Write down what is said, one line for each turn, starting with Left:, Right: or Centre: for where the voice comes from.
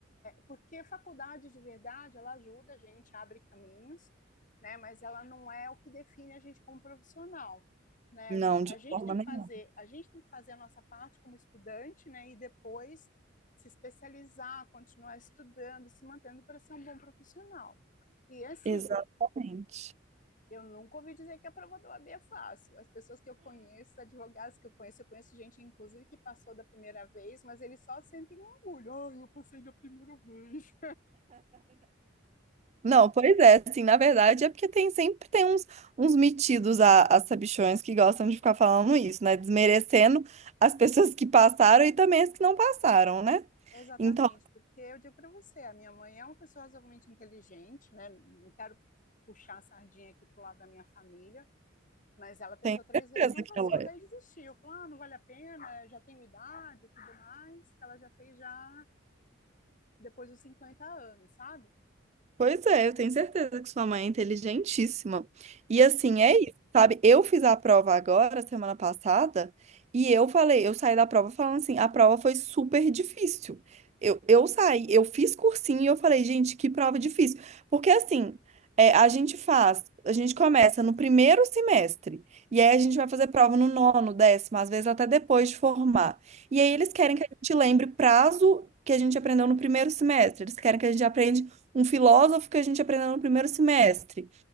Left: porque a faculdade de verdade, ela ajuda a gente, abre caminhos, né? Mas ela não é o que define a gente como profissional, né?
Right: Não,
Left: A gente,
Right: de
Left: a gente
Right: forma
Left: tem
Right: nenhuma.
Left: que fazer, a gente tem que fazer a nossa parte como estudante, né? E depois se especializar, continuar estudando, se mantendo para ser um bom profissional. E assim,
Right: Exatamente.
Left: eu nunca ouvi dizer que a prova do AB é fácil. As pessoas que eu conheço, advogados que eu conheço, eu conheço gente, inclusive, que passou da primeira vez, mas eles só sentem um orgulho. Ai, eu passei da primeira vez.
Right: Não, pois é, assim, na verdade é porque tem sempre tem uns, uns metidos a, a sabichões que gostam de ficar falando isso, né? Desmerecendo as pessoas que passaram e também as que não passaram, né?
Left: Exatamente,
Right: Então,
Left: porque eu digo para você, a minha mãe é uma pessoa razoavelmente inteligente, né? Não quero puxar a sardinha aqui pro lado da minha família, mas ela tentou
Right: tenho
Left: três
Right: certeza
Left: vezes, não
Right: que
Left: passou,
Right: ela
Left: daí
Right: é.
Left: desistiu. Falou, ah, não vale a pena, eu já tenho idade e tudo mais, que ela já fez já depois dos cinquenta anos, sabe?
Right: Pois é, eu tenho certeza que sua mãe é inteligentíssima. E assim, é isso, sabe? Eu fiz a prova agora, semana passada, e eu falei, eu saí da prova falando assim, a prova foi super difícil. Eu, eu saí, eu fiz cursinho e eu falei, gente, que prova difícil. Porque assim, é, a gente faz, a gente começa no primeiro semestre, e aí a gente vai fazer prova no nono, décimo, às vezes até depois de formar. E aí
Left: Uhum,
Right: eles querem que a gente lembre prazo que a gente aprendeu no primeiro semestre, eles querem que a gente aprenda um filósofo que a gente aprendeu no primeiro semestre.